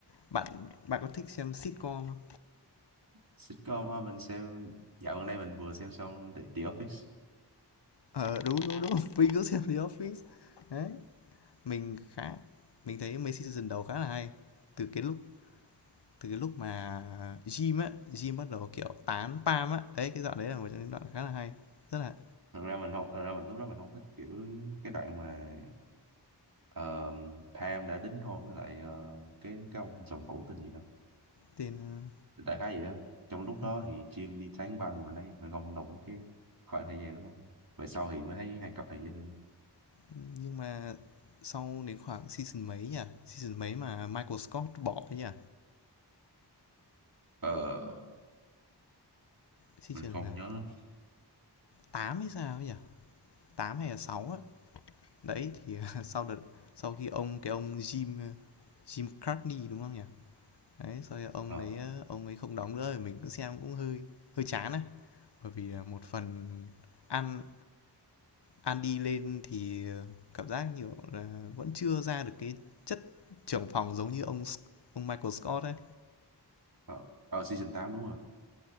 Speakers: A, on the left (about 75°); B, on the right (about 55°).
A: Bạn bạn có thích xem sitcom không?
B: sitcom ờ, mình xem dạo gần đây mình vừa xem xong The, The Office
A: Ờ, đúng, đúng, đúng, <laughs> mình cũng xem The Office. Đấy, mình khá mình thấy mấy season đầu khá là hay. Từ cái lúc từ cái lúc mà Jim á, Jim bắt đầu kiểu tán Pam á, đấy cái đoạn đấy là một trong những đoạn khá là hay, rất là
B: thật ra mình không thật ra mình lúc đó mình không thích kiểu cái đoạn mà ờ, Pam đã đính hôn với lại ờ, cái cái ông chồng cũ tên gì đó
A: tên ờ,
B: đại khái vậy đó trong lúc đó
A: ừ.
B: thì Jim đi tán băng và đây mình không đồng ý cái khoảng thời gian đó lắm về sau thì mới thấy hai cặp này dễ thương
A: nhưng mà sau đến khoảng season mấy nhỉ, season mấy mà Michael Scott bỏ ấy nhỉ,
B: ờ
A: season
B: mình không
A: là
B: nhớ lắm
A: 8 hay sao ấy nhỉ, 8 hay là 6 á, đấy thì ờ, <laughs> sau đợt sau khi ông cái ông Jim ờ, Jim Cartney đúng không nhỉ, đấy sau đó ông
B: ờ
A: đấy ờ, ông ấy không đóng nữa thì mình cũng xem cũng hơi hơi chán á, bởi vì ờ, một phần ăn Ăn đi lên thì cảm giác, nhiều là, vẫn chưa ra được cái chất trưởng phòng giống như ông ông Michael Scott ấy.
B: ờ ờ, season 8 đúng rồi